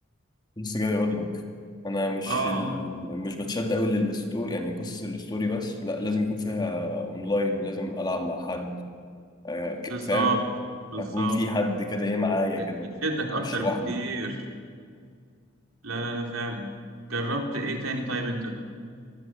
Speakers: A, on the left; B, on the right.
A: لسه جاي اقول لك انا مش
B: اه
A: ال... مش بتشد قوي للستوري يعني قصص الستوري بس لا لازم يكون فيها اونلاين لازم العب مع حد آه، ك-
B: بالظبط
A: فاهم
B: بالظبط
A: اكون في حد كده ايه معايا
B: بت-
A: كده
B: بتشدك اكتر
A: مش لوحدي
B: بكتير لا لا لا فعلا جربت ايه تاني طيب انت